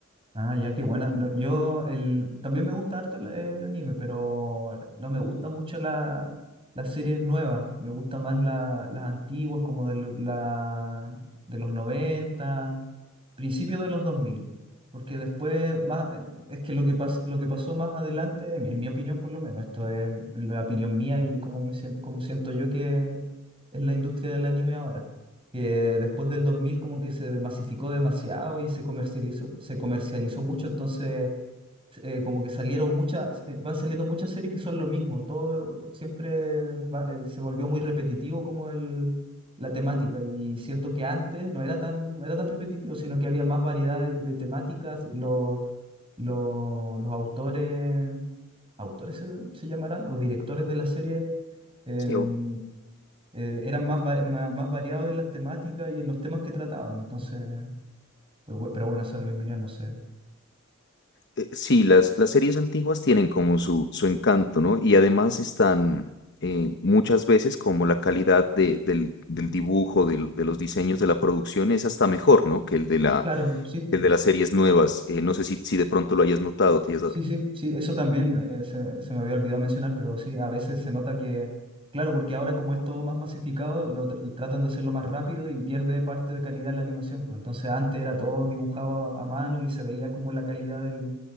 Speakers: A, on the right; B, on the left.
A: Ah, ya, qué buena. No, yo el, también me gusta harto el, el anime, pero no me gusta mucho la, las series nuevas. Me gusta más la- las antiguas, como de, lo- la, de los noventa principio de los dos mil Porque después, más, eh, es que lo que, pas- lo que pasó más adelante, en, mi en mi opinión por lo menos, esto es la opinión mía y cómo, me, sien- cómo siento yo que es la industria del anime ahora que después del 2000 como que se masificó demasiado y se comercializó, se comercializó mucho, entonces eh, como que salieron muchas, eh, van saliendo muchas series que son lo mismo, todo siempre va- eh, se volvió muy repetitivo como el, la temática y siento que antes no era tan, no era tan repetitivo, sino que había más variedad de, de temáticas, los, los, los autores, autores se, se llamarán, los directores de la serie. em,
B: Sí,
A: eh, eran más, va- ma- más, variados en las temáticas y en los temas que trataban. Entonces, pero, bu- pero bueno, esa es mi opinión, no sé.
B: eh, sí, las, las series antiguas tienen como su, su encanto, ¿no? Y además están eh, muchas veces como la calidad de- del, del dibujo, del- de los diseños de la producción es hasta mejor, ¿no? Que el de la,
A: Claro, sí,
B: el de las series nuevas. Eh, no sé si, si de pronto lo hayas notado. te hayas
A: sí,
B: dado-
A: sí, sí, eso también eh, se, se me había olvidado mencionar, pero sí, a veces se nota que, claro, porque ahora como es todo más masificado, lo tr- tratan de hacerlo más rápido y pierde parte de calidad la animación. Pues entonces antes era todo dibujado a, a mano y se veía como la calidad del,